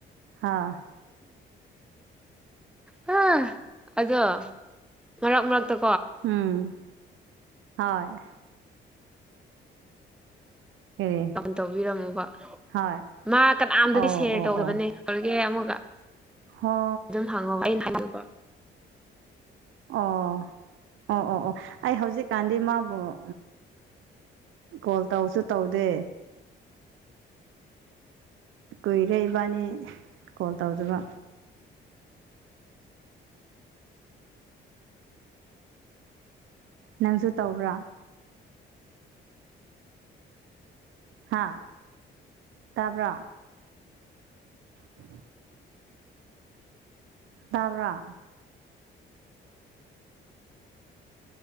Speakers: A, on the right (about 80°); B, in the centre.
A: ꯍꯥꯥ
B: ꯑ ꯑꯗꯣ ꯃꯔꯛ ꯃꯔꯛ ꯇ
A: ꯎꯝ ꯍꯣꯏ ꯀꯔꯤ
B: ꯇꯧꯕꯤꯔꯝꯃꯣꯕ
A: ꯍꯣꯏ
B: ꯃꯥ ꯀꯅꯥꯝꯇꯗꯤ
A: ꯑꯣ
B: ꯁꯔ
A: ꯑꯣ
B: ꯇꯧꯕꯅꯦ
A: ꯑꯣ
B: ꯑꯃ
A: ꯍꯣ
B: ꯑꯗꯨꯝ ꯍꯪꯉꯣꯕ ꯑꯩꯅ ꯍꯥꯏꯅꯤꯡ
A: ꯑꯣ ꯑꯣ ꯑꯣ ꯑꯣ ꯑꯩ ꯍꯧꯖꯤꯛꯀꯥꯟꯗꯤ ꯃꯥꯕꯨ ꯎ ꯀꯣꯜ ꯇꯧꯁꯨ ꯇꯧꯗꯦ
B: ꯑ
A: ꯀꯨꯏꯔꯦ ꯏꯕꯥꯅꯤ ꯀꯣꯜ ꯇꯧꯗꯕ ꯅꯪꯁꯨ ꯇꯧꯕ꯭ꯔꯥ ꯍꯥꯥ ꯇꯕ꯭ꯔꯥ ꯕ ꯇꯥꯕ꯭ꯔꯥ